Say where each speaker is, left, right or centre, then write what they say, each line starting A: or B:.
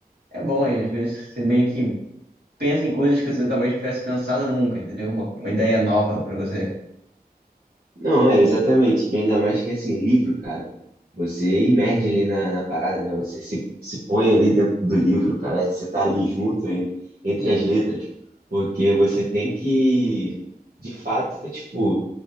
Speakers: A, on the right; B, on the right.
A: É bom, e às vezes você meio que pensa em coisas que você talvez tivesse pensado nunca, entendeu? Uma, uma ideia nova pra você.
B: Não, é, exatamente. E ainda mais que, assim, livro, cara, você imerge ali na, na parada, né? Você se, se põe ali dentro do livro, parece que você tá ali junto, em- entre as letras, porque você tem que, de fato, tipo,